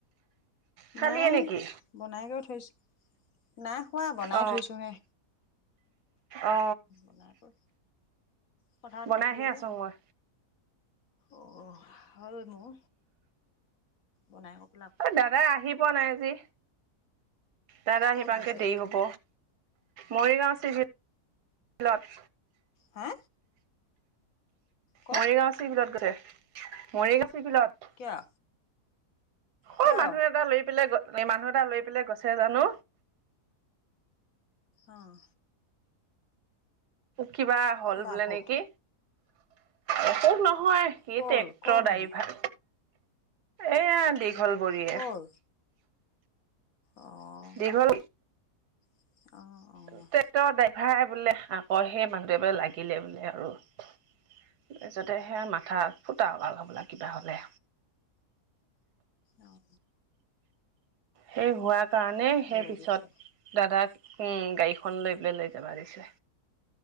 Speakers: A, on the right; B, on the left.
A: খালিয়ে
B: নাই
A: নেকি
B: বনাই কৰি থৈছোঁ। নাই খোৱা বনাই
A: অ
B: থৈছো হে
A: অ
B: বনাই কৰি পথাৰত
A: বনাইহে
B: গৈছিলোঁ
A: আছো
B: যে।
A: মই
B: অ' হ'ল মোৰ বনাই ক।
A: অ দাদা আহি পোৱা নাই আজি দাদা
B: ক'ত
A: আহি পাংতে
B: গৈছে?
A: দেৰি হব। মৰিগাঁও চিভিলত।
B: হা ক'ত
A: মৰিগাঁও চি বিলত গৈছে মৰিগাঁও চি বিলত
B: কিয় কিয়?
A: অ মানুহ এটা লৈ পেলাই মানুহ এটা লৈ পেলাই গৈছে জানো
B: অঁ
A: কিবা হ'ল
B: কিবা
A: বোলে
B: অসুখ
A: নেকি অসুখ নহয় সি
B: কৰ
A: ট্ৰেক্টৰ
B: কৰ
A: ড্ৰাইভাৰ
B: মানুহ
A: এয়া দীঘল বৰীয়ে
B: কৰ? অ',
A: দীঘল
B: অ অ',
A: ট্ৰেক্টৰ ড্ৰাইভাৰ বোলে আকৌ সেই মানুহটো বোলে লাগিলে বোলে আৰু তাৰপিছতে সেয়া মাথাত ফুটা ওলাল হবলা কিবা হলে
B: অঁ
A: সেই হোৱাৰ কাৰণে
B: তাকে
A: সেই
B: লৈ
A: পিছত
B: গৈছে।
A: দাদাক উম গাড়ীখন লৈ পেলাই লৈ যাবা দিছে